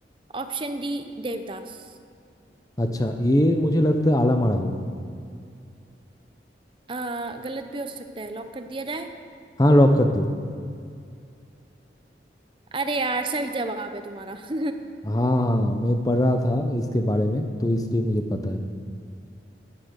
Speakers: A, on the right; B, on the left.
A: Option D Devdas
B: अच्छा ये मुझे लगता है आला मारा होगा
A: अ, गलत भी हो सकता है लॉक कर दिया जाए
B: हाँ लॉक कर दो
A: अरे यार सही जवाब है तुम्हारा <laughs>
B: हाँ हाँ मैं पढ़ रहा था इसके बारे में तो इसलिए मुझे पता है